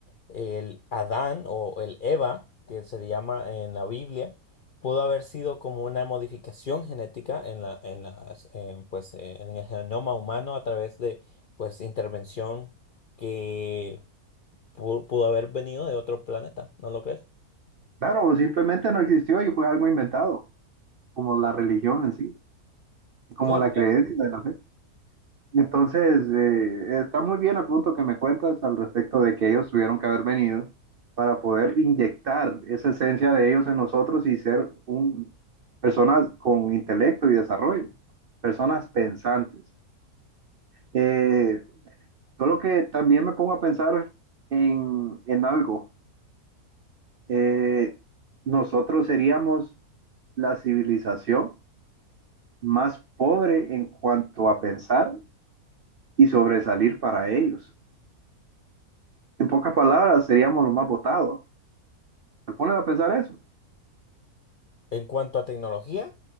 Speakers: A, on the left; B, on the right.
A: el Adán o el Eva, que se le llama en la Biblia, pudo haber sido como una modificación genética en la, en las, en, pues, eh, en el genoma humano a través de pues intervención que pu- pudo haber venido de otro planeta, ¿no lo crees?
B: Claro, simplemente no existió y fue algo inventado, como la religión en sí, y como
A: Claro,
B: la
A: claro.
B: creencia de la fe. Entonces, eh, está muy bien el punto que me cuentas al respecto de que ellos tuvieron que haber venido para poder inyectar esa esencia de ellos en nosotros y ser un, personas con intelecto y desarrollo, personas pensantes. Eh, solo que también me pongo a pensar en, en algo. Eh, nosotros seríamos la civilización más pobre en cuanto a pensar y sobresalir para ellos. En pocas palabras, seríamos los más votados. ¿Te pones a pensar eso?
A: En cuanto a tecnología,